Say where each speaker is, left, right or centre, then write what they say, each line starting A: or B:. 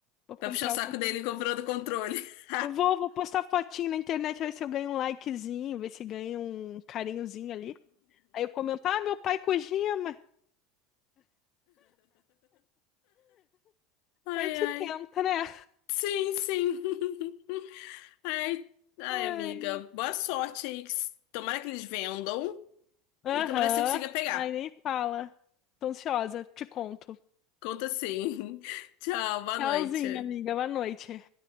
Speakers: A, on the left (about 45°); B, on the left (about 60°).
A: vou comprar
B: Pra puxar o saco
A: o controle.
B: dele comprando controle. <laughs>
A: Eu vou, vou postar fotinho na internet, ver se eu ganho um likezinho, ver se ganho um carinhozinho ali. Aí eu comento, ah, meu pai Kojima.
B: Ai,
A: A gente
B: ai.
A: tenta, né?
B: Sim, sim. <laughs> Ai, ai,
A: Ai.
B: amiga. Boa sorte aí. que s- Tomara que eles vendam
A: Aham.
B: e tomara que você consiga pegar.
A: Ai, nem fala. Tô ansiosa. Te conto.
B: Conta sim. <laughs> Tchau, boa
A: Tchauzinho,
B: noite.
A: amiga. Boa noite.